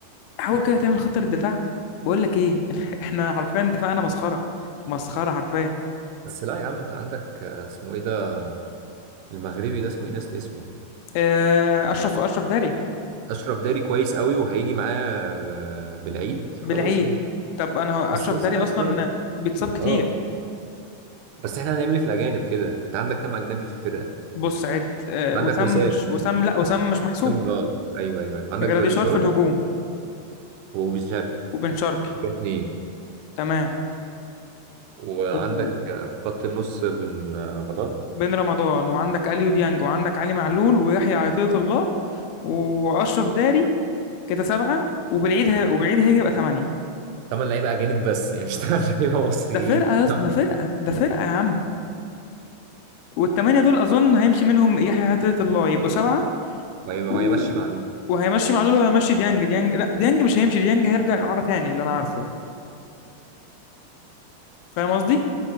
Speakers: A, on the left; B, on the right.
A: حاول كده تعمل خطة الدفاع بقول لك ايه <laughs> احنا حرفيا دفاعنا مسخرة مسخرة حرفيا
B: بس لا يا عم أنت عندك آه، اسمه إيه ده المغربي ده اسمه ايه ناس اسمه
A: اه، اشرف اشرف داري
B: اشرف داري كويس قوي وهيجي معاه آه، بالعيد خلاص
A: بالعيد
B: كده
A: طب انا هو اشرف
B: بس لسه
A: داري
B: انا مستغرب
A: اصلا بيتصاب كتير
B: اه بس احنا هنعمل ايه في الاجانب كده انت عندك كام اجنبي في الفرقه
A: بص عد آه،
B: عندك
A: وسام
B: وسام
A: مش وسام لا وسام مش محسوب
B: وسام اه ايوه ايوه ايوه عندك
A: جراديشار
B: جراديشار
A: في الهجوم
B: وبن شرقي
A: وبن شرقي
B: ده اتنين
A: تمام
B: وعندك
A: وبن
B: آه، في خط النص بن آه، رمضان
A: رمضان وعندك اليو ديانج وعندك علي معلول ويحيى عطية الله واشرف داري كده سبعة وبالعيد هي... وبالعيد هيجي يبقى ثمانية
B: تمن لعيبه اجانب بس يعني مش تمن لعيبه مصريين
A: ده فرقة
B: <laughs>
A: يا اسطى ده فرقة ده فرقة يا عم والثمانية دول أظن هيمشي منهم يحيى عطية الله يبقوا سبعة
B: وهي ما
A: و...
B: هو يمشي معلول
A: وهيمشي معلول وهيمشي ديانج ديانج لا ديانج مش هيمشي ديانج هيرجع إعارة تاني اللي أنا عارفه يعني فاهم قصدي؟